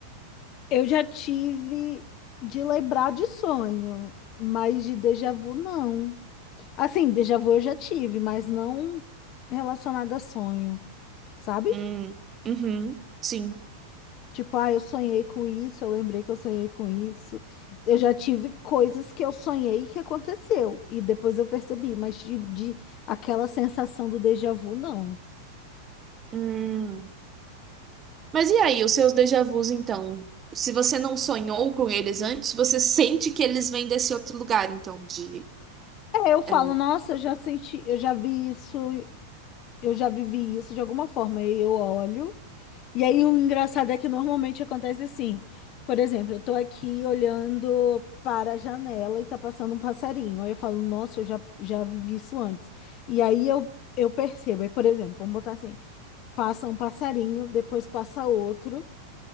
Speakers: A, on the left; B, on the right.
A: Eu já tive de lembrar de sonho, mas de déjà vu não. Assim, déjà vu eu já tive, mas não relacionado a sonho, sabe?
B: Hum, uhum, sim.
A: Tipo, ah, eu sonhei com isso, eu lembrei que eu sonhei com isso. Eu já tive coisas que eu sonhei que aconteceu e depois eu percebi, mas de, de aquela sensação do déjà vu não.
B: Hum. Mas e aí, os seus déjà vus, então? Se você não sonhou com eles antes, você sente que eles vêm desse outro lugar, então, de...
A: É, eu falo,
B: É.
A: nossa, eu já senti, eu já vi isso, eu já vivi isso de alguma forma. E eu olho E aí o engraçado é que normalmente acontece assim. Por exemplo, eu tô aqui olhando para a janela e tá passando um passarinho. Aí eu falo, nossa, eu já, já vivi isso antes. E aí eu, eu percebo. Aí, por exemplo, vamos botar assim: passa um passarinho, depois passa outro,